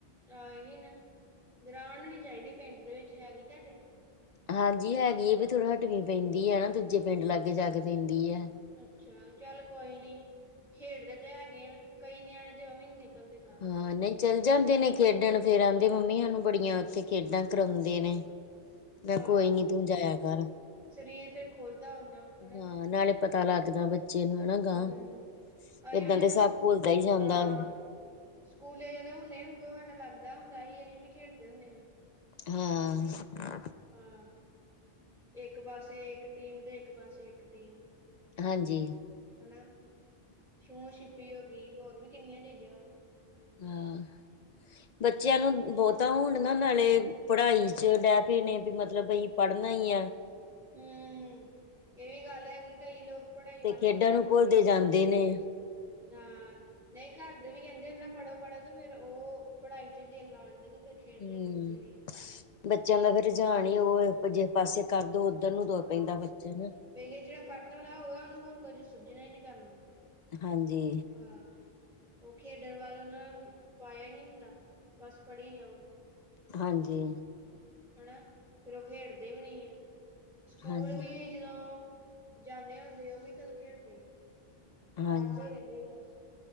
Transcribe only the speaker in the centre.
ਆਹ ਇਹੀ ਨਾ, ਗਰਾਂਡ ਹੋਣੀ ਚਾਹੀਦੀ ਪਿੰਡ ਦੇ ਵਿੱਚ, ਹੈਗੀ ਤੁਹਾਡੇ?
ਅੱਛਾ, ਚੱਲ ਕੋਈ ਨੀ ਖੇਡਦੇ ਤੇ ਹੈਗੇ ਨੇ, ਕਈ ਨਿਆਣੇ ਦੇ ਔਵੀ ਨਿਕਲਦੇ ਬਾਹਰ
ਆਹ,
ਸਰੀਰ ਫੇਰ ਖੋਲਦਾ ਓਨਾ ਹਨਾ?
ਹੂੰ ਅਸੀਂ
ਵੀ ਜਦੋਂ
ਹਾਂ ਸਕੂਲੇ ਜਦੋਂ ਹੁੰਣੇਆ ਉਦੋਂ ਹਾਡਾ ਲੱਗਦਾ ਹੁੰਦਾ ਸੀ, ਅਸੀਂ ਵੀ ਖੇਡਦੇ ਹੁੰਦੇ ਹਾਂ।
ਹਾਂ, ਇੱਕ ਪਾਸੇ ਇੱਕ ਟੀਮ ਤੇ ਇੱਕ ਪਾਸੇ ਇੱਕ ਟੀਮ।
ਹਨਾ, ਛੂੰਹ ਛਿਪੀ ਹੋ ਗਈ। ਹੋਰ ਵੀ ਕਿੰਨੀਆਂ ਚੀਜ਼ਾਂ।
ਹਮ। ਇਹ ਵੀ ਗੱਲ ਹੇਗੀ ਕਿ ਕਈ ਲੋਕ ਪੜ੍ਹਾਈ ਵੱਲ
ਹੀ ਧਿਆਨਦੇ
ਆ।
ਹਾਂ, ਨਹੀਂ ਘਰ ਦੇ ਵੀ ਕਹਿੰਦੇ ਨਾ ਪੜ੍ਹੋ-ਪੜ੍ਹੋ ਤੇ ਫੇਰ ਉਹ ਪੜ੍ਹਾਈ ਚ ਦਿਲ ਲਾ ਦਦੇ ਤੇ ਫੇਰ ਖੇਡਦੇ
ਖੂਡਦੇ ਨੀ।
ਫੇਰ ਜਿਹੜਾ ਪੜ੍ਹਨ ਵਾਲਾ ਹੋਗਾ, ਉਹਨੂੰ ਹੋਰ ਕੁਦੇ ਸੁੱਝਣਾ ਹੀ ਨੀ ਕਰਨਾ ਨੂੰ।
ਹਾਂ। ਉਹ ਖੇਡਣ ਵੱਲ ਉਹਨਾਂ ਪਾਇਆ ਹੀ ਨਹੀਂ ਹੁੰਦਾ ਬਸ ਪੜ੍ਹੀ ਜਾਓ।
ਹਨਾ। ਫਿਰ ਉਹ ਖੇਡਦੇ ਵੀ ਨਹੀਂ ਐ,। ਸਕੂਲ
ਵੀ ਜਦੋਂ ਜਾਂਦੇ ਹੁੰਦੇ, ਉਹ ਵੀ ਕਦੋਂ ਖੇਡਦੇ ਆ,
ਪੜ੍ਹਦੇ ਰਹਿੰਦੇ ਬਸ